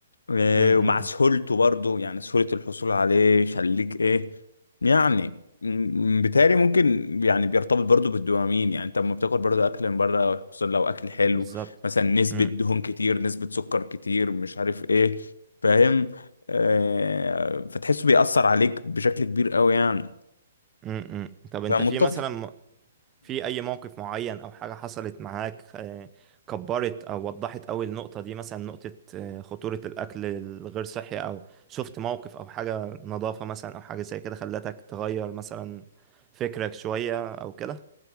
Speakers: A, on the left; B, on the right.
A: إيه،
B: م- م-
A: ومع سهولته
B: م.
A: برضو يعني سهولة الحصول عليه يخليك ايه يعني م- بالتالي ممكن يعني بيرتبط برضو بالدوبامين يعني انت لما بتاكل برضو اكل من بره خصوصا لو اكل حلو
B: بالظبط
A: مثلا نسبة
B: م-
A: دهون كتير نسبة سكر كتير مش عارف ايه فاهم آه فتحسه بيأثر عليك بشكل كبير قوي يعني
B: م- م. طب انت
A: فمتفق
B: في مثلا م- في أي موقف معين أو حاجة حصلت معاك آه، كبرت أو وضحت أوي النقطة دي مثلا نقطة آه، خطورة الأكل الغير صحي أو شفت موقف أو حاجة نظافة مثلا أو حاجة زي كده خلتك تغير مثلا فكرك شوية أو كده